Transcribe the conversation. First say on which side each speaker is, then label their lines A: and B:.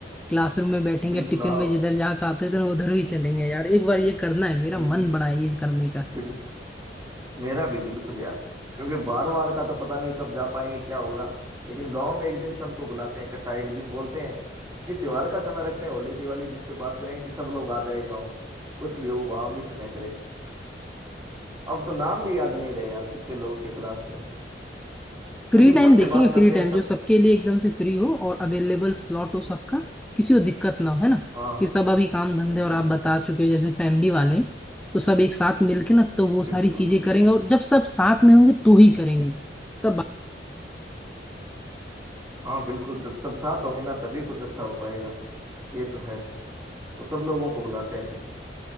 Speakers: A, in the centre; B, on the right.
A: क्लासरूम में बैठेंगे
B: बिल्कुल
A: टिफिन
B: हाँ
A: में जिधर जहाँ खाते थे ना उधर ही चलेंगे यार एक बार ये करना है मेरा
B: बिल्कुल
A: मन बड़ा है ये करने का
B: बिल्कुल मेरा भी बिल्कुल यार क्योंकि बार बार का तो पता नहीं कब जा पाएंगे क्या होगा लेकिन गांव में एक दिन सबको बुलाते हैं इकट्ठा एक दिन बोलते हैं किसी त्योहार का समय रखते हैं होली दिवाली जिस पे बात करें कि सब लोग आ जाए गाँव कुछ भी हो वहां मिस न करे अब तो नाम भी याद नहीं रहे यार कितने लोग थे क्लास में
A: फ्री
B: लेकिन
A: टाइम
B: सबसे
A: देखेंगे
B: बात करते
A: फ्री टाइम
B: हैं सब
A: जो सबके लिए एकदम से फ्री हो और अवेलेबल स्लॉट हो सबका किसी को दिक्कत ना हो है ना
B: हाँ हाँ
A: ये सब अभी काम धंधे
B: बिल्कुल
A: और आप
B: बिल्कुल
A: बता चुके हो जैसे फैमिली वाले तो सब एक साथ मिलके ना तो वो सारी
B: बिल्कुल
A: चीजें करेंगे और जब सब साथ में होंगे तो ही करेंगे तब
B: हाँ बिल्कुल जब सब साथ होंगे ना तभी कुछ अच्छा हो पाएगा ये तो है तो सब लोगों को बुलाते हैं फिर